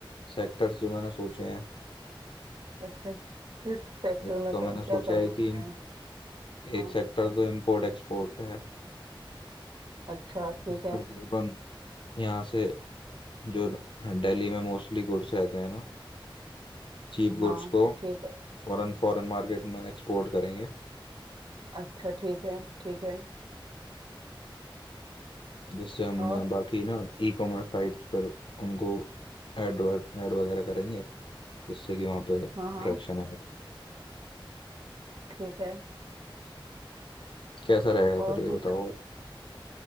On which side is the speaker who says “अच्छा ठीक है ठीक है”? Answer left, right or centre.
Right